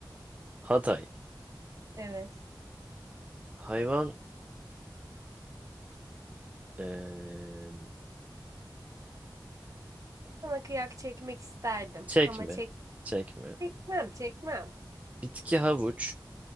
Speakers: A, on the right; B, on the right.
A: Hatay.
B: Evet.
A: Hayvan eee,
B: Sana kıyak çekmek isterdim
A: çekme.
B: ama çek
A: Çekme.
B: çekmem, çekmem.
A: Bitki havuç.